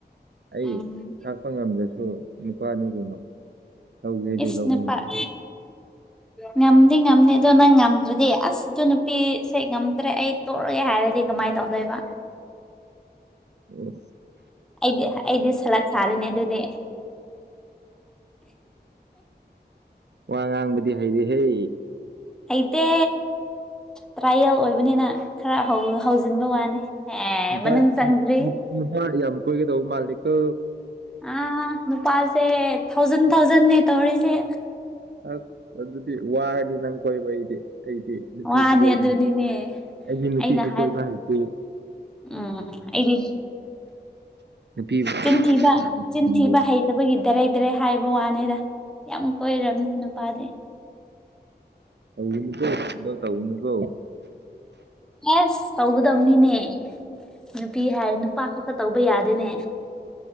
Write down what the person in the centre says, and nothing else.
ꯎꯝ
ꯏꯅꯦꯄꯥꯔ
ꯉꯝꯗꯤ ꯉꯝꯅꯤ ꯑꯗꯣ ꯅꯪ ꯉꯝꯗ꯭ꯔꯗꯤ ꯑꯁ ꯑꯗꯨ ꯅꯨꯄꯤꯁꯦ ꯉꯝꯗ꯭ꯔꯦ ꯑꯩ ꯇꯣꯛ ꯍꯥꯏꯔꯗꯤ ꯀꯃꯥꯏꯅ ꯇꯧꯗꯣꯏꯕ
ꯑꯩꯗꯤ ꯑꯩꯗꯤ ꯁꯂꯠ ꯁꯥꯔꯤꯅꯦ ꯑꯗꯨꯗꯤ
ꯍꯇꯦ ꯇ꯭ꯔꯥꯌꯦꯜ ꯑꯣꯏꯕꯅꯤꯅ ꯈꯔ ꯍꯧꯖꯤꯟꯕ ꯋꯥꯅꯤ ꯑꯦ
ꯃꯅꯨꯡ ꯆꯪꯗ꯭ꯔꯤ
ꯑ ꯅꯨꯄꯥꯁꯦ ꯊꯥꯎꯖꯟ ꯊꯥꯎꯖꯟꯅꯦ ꯇꯧꯔꯤꯁꯦ
ꯋꯥꯅꯦ
ꯑꯗꯨꯅꯤꯅꯦ
ꯑꯩꯅ ꯍꯥꯏꯕ
ꯎꯝ ꯑꯩꯗꯤ
ꯆꯤꯟꯊꯤꯕ
ꯆꯤꯟꯊꯤꯕ ꯍꯩꯗꯕꯒꯤꯗ ꯍꯩꯗꯔꯦ ꯍꯥꯏꯕ ꯋꯥꯅꯤꯗ ꯌꯥꯝ ꯀꯣꯏꯔꯕꯅꯦ ꯅꯨꯄꯥꯗꯤ
ꯑꯦꯁ ꯇꯧꯒꯗꯝꯅꯤꯅꯦ ꯅꯨ ꯅꯨꯄꯤ ꯍꯥꯏꯔꯦ ꯅꯨꯄꯥ ꯈꯛꯇ ꯇꯧꯕ ꯌꯥꯗꯣꯏꯅꯦ